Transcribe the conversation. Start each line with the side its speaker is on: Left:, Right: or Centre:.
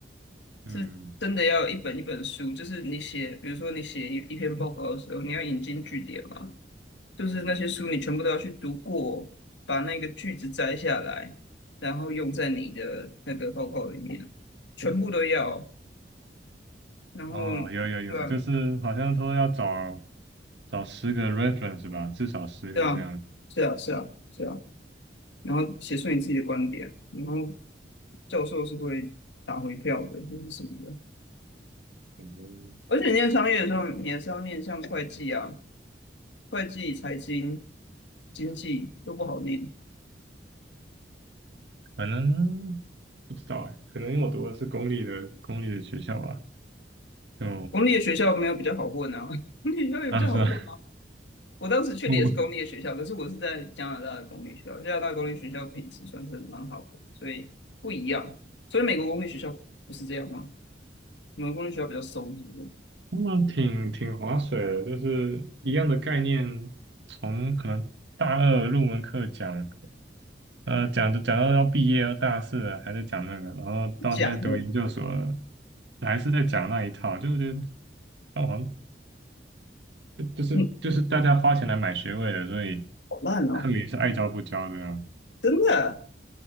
Right: 嗯，
Left: 是真的要一本一本书，就是你写，比如说你写一一篇报告的时候，你要引经据典嘛。就是那些书你全部都要去读过，把那个句子摘下来，然后用在你的那个报告里面，全部都要。然后，
Right: 哦，有有有，
Left: 对啊，
Right: 就是好像说要找找十个 reference 吧，至少十个这样。
Left: 对啊，是啊，是啊，是啊。然后写出你自己的观点，然后教授是会打回票的，或是什么的。
Right: 嗯，
Left: 而且念商业的时候，你还是要念像会计啊、会计、财经、经济都不好念。
Right: 可能不知道哎，可能因为我读的是公立的公立的学校吧，就
Left: 公立的学校没有比较好混啊，<laughs> 公立学校也比较好混。
Right: 啊是吧？
Left: 我当时去的也是公立的学校，
Right: <laughs> 我
Left: 可是我是在加拿大的公立学校，加拿大公立学校品质算是蛮好的，所以不一样。所以美国公立学校不是这样吗？美国公立学校比较松，是不是？
Right: 他们挺挺划水的，就是一样的概念，从可能大二入门课讲。呃，讲着讲到要毕业要大四了，还在讲那个，然后到现在读研究所了，
Left: 假的，
Right: 还是在讲那一套，就觉得那好像就就是就是大家花钱来买学位的，
Left: 嗯，
Right: 所以
Left: 好烂哦，
Right: 他们也是爱教不教的啊。
Left: 真的。